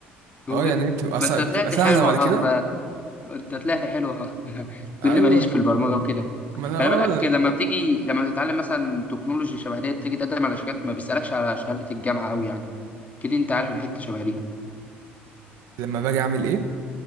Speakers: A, on the left (about 25°); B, on the right (about 55°).
A: وب-
B: اه يعني ايه بتبقى
A: ما
B: سا...
A: انت
B: بتبقى
A: طلعت
B: سهله
A: حلو
B: بعد
A: اهو
B: كده
A: بقى انت طلعت حلو اهو تقول
B: ايوه
A: لي ماليش في البرمجه وكده
B: ما انا اه
A: خلي بالك لما
B: لا.
A: بتيجي لما تتعلم مثلا تكنولوجي شبه ديت تيجي تقدم على شركات ما بيسالكش على شهاده الجامعه قوي يعني كده انت عارف الحته شبه دي
B: لما باجي اعمل ايه